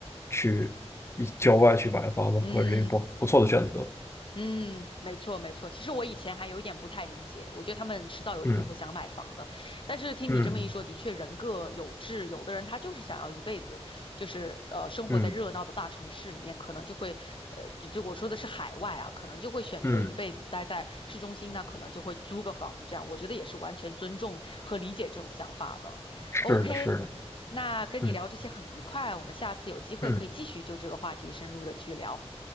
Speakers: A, on the left; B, on the left.
A: 去一郊外去买房子，
B: 嗯
A: 或者是一个不不错的选择。
B: 嗯，没错没错。其实我以前还有一点不太理解，我觉得他们迟早有一天会想买房的。
A: 嗯
B: 但是听你这么一说，
A: 嗯
B: 的确人各有志，有的人他就是想要一辈子，就是呃生活在热闹的大城市里面，
A: 嗯
B: 可能就会呃就就我说的是海外啊，可能就会选择一辈子待在市中心，
A: 嗯，嗯
B: 那可能就会租个房子这样。我觉得也是完全尊重和理解这种想法的。
A: 是的，
B: OK，
A: 是的，
B: 那跟你聊这些很愉快，
A: 嗯
B: 我们下次有机会可以继续就这个话题深入的去聊。
A: 嗯，